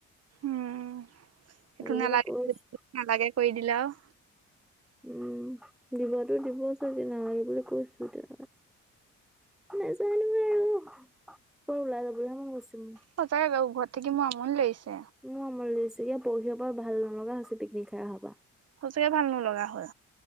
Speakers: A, on the right; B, in the centre.
A: উম সেইটো নালাগে,
B: বুলি কৈছো
A: নালাগে কৰি দিলে আৰু
B: উম' দিবটো দিব চাগে, নালাগে বুলি কৈছো এতিয়া নাজানো আৰু, <unintelligible> ওলাই যাবলৈহে মন গৈছো মোৰ
A: সঁচাকে ঘৰত থাকি মোৰ আমনি লাগিছে।
B: মোৰো আমনি লাগিছে, পৰহিঅ পা ভাল নলগা হৈছে পিকনিক খাই অহা পৰা
A: সঁচাকে ভাল নলগা হ'ল।